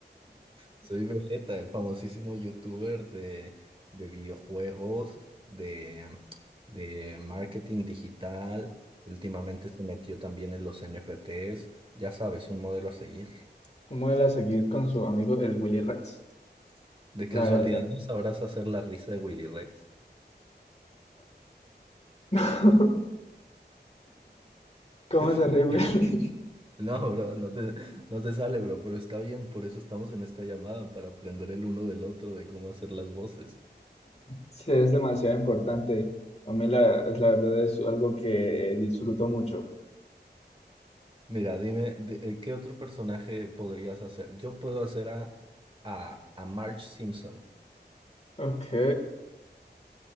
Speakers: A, on the right; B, on the left.
A: Soy Vegeta, el famosísimo youtuber de, de videojuegos, de, de marketing digital. Últimamente se metió también en los NFTs. Ya sabes, un modelo a seguir.
B: ¿Cómo él a seguir con su amigo el Willy Rex?
A: De casualidad,
B: La verdad.
A: ¿no sabrás hacer la risa de Willy Rex?
B: <laughs> ¿Cómo
A: <laughs>
B: se ríe Willy? <laughs>
A: No, bro, no te, no te sale, bro, pero está bien, por eso estamos en esta llamada, para aprender el uno del otro de cómo hacer las voces.
B: Sí, es demasiado importante. A mí la, es la verdad es algo que eh, disfruto mucho.
A: Mira, dime, de- eh, ¿qué otro personaje podrías hacer? Yo puedo hacer a, a, a Marge Simpson.
B: Ok.